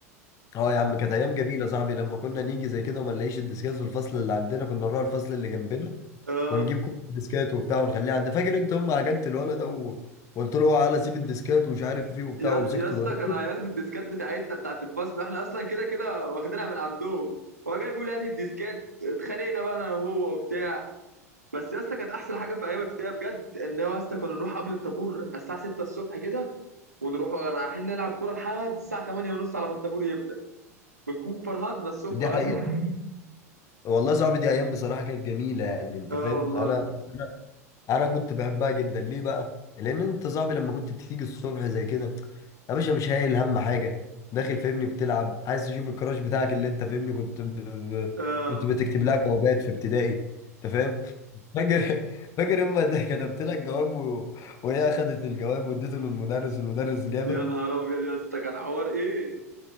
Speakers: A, on the left; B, on the right.
A: اه يا عم كانت ايام جميله يا صاحبي لما كنا نيجي زي كده وما نلاقيش الديسكات في الفصل اللي عندنا كنا نروح الفصل اللي جنبنا
B: اه
A: ونجيب كل الديسكات وبتاع ونخليها عند فاكر انت هم عجنت الولد ده و- وقلت له اوعى على سيب الديسكات ومش عارف ايه وبتاع
B: يا
A: ومسكته
B: اسطى يا اسطى
A: ضربته
B: كانوا هياخدوا الديسكات بتاعتنا بتاعت الفصل احنا اصلا كده كده واخدينها من عندهم هو جاي بيقول هات الديسكات اتخانقنا بقى انا وهو وبتاع بس يا اسطى كانت احسن حاجه في ايام ابتدائي بجد ان هو يا اسطى كنا نروح قبل الطابور على الساعه 6 الصبح كده ونروح رايحين نلعب كوره لحد الساعه 8 ونص على ما الطابور يبدا بنكون فرهدنا الصبح
A: دي
B: يا
A: حقيقه
B: اسطى <laughs>
A: والله يا صاحبي دي ايام بصراحه كانت جميله يعني انت
B: اه
A: فاهم
B: والله
A: انا انا كنت بحبها جدا ليه بقى لان انت صاحبي لما كنت بتيجي الصبح زي كده يا باشا مش هايل هم حاجه داخل فاهمني بتلعب عايز تشوف الكراش بتاعك اللي انت فاهمني كنت ب... ب-
B: اه
A: كنت بتكتب لها جوابات في ابتدائي انت فاهم <laughs> فاكر فاكر اما ده كتبت لك جواب و... وهي اخدت الجواب واديته للمدرس والمدرس جابك
B: يا نهار ابيض يا اسطى كان حوار ايه